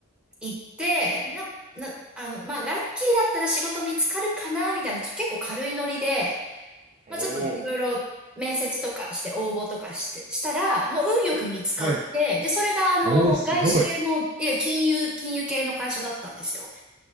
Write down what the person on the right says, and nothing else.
おお。
はい。
おお、すごい。